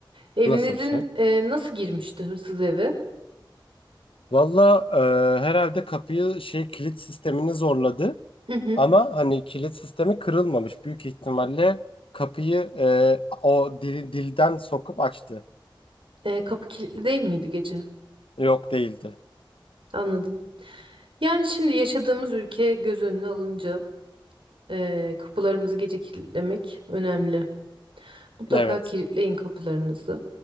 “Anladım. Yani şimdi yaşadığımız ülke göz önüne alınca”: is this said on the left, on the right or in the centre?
Right